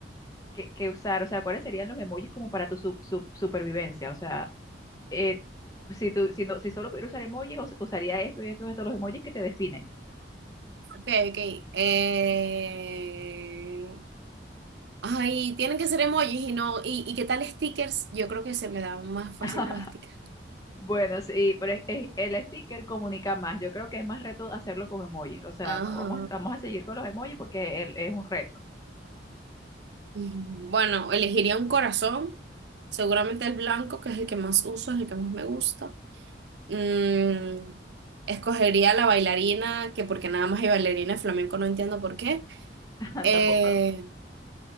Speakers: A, on the left; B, on the right.
A: que, que usar, o sea, ¿cuáles serían los emojis como para tu su- su- supervivencia? O sea, eh, si, tú, si, no, si solo pudiera usar emojis, us- usaría esto y esto y esto, los emojis que te definen.
B: ok. Eh, Ay, tienen que ser emojis y no, y, y qué tal stickers? Yo creo que se me dan más fácil
A: <laughs>
B: los stickers.
A: Bueno, sí, pero es- es- el sticker comunica más. Yo creo que es más reto hacerlo con emojis. O sea,
B: Ajá.
A: no, vamos a, vamos a seguir con los emojis porque el- es un reto.
B: Bueno, elegiría un corazón. Seguramente el blanco, que es el que más uso, es el que más me gusta. Mm, escogería la bailarina, que porque nada más hay bailarina de flamenco, no entiendo por qué.
A: <laughs>
B: Eh,
A: Tampoco.